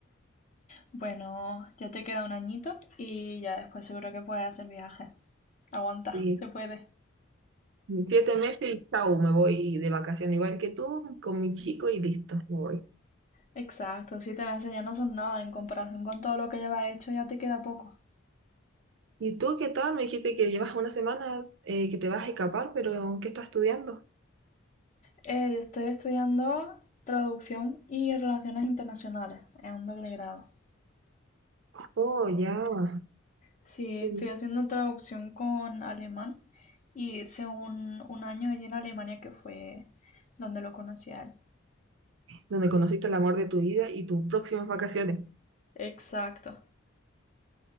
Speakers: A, on the left; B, on the right.
A: Bueno, ya te queda un añito y ya después seguro que puedes hacer viajes. Aguanta,
B: Sí,
A: se puede.
B: Siete meses y chau, me voy de vacación, igual que tú, con mi chico y listo, me voy.
A: Exacto, siete meses ya no son nada en comparación con todo lo que llevas hecho, ya te queda poco.
B: ¿Y tú qué tal? Me dijiste que llevas una semana eh, que te vas a escapar, pero ¿qué estás estudiando?
A: Eh, yo estoy estudiando traducción y relaciones internacionales, es un doble grado.
B: Oh, ya.
A: Sí, estoy
B: Sí.
A: haciendo traducción con alemán y hice un, un año allí en Alemania que fue donde lo conocí a él.
B: Donde conociste el amor de tu vida y tus próximas vacaciones.
A: Exacto.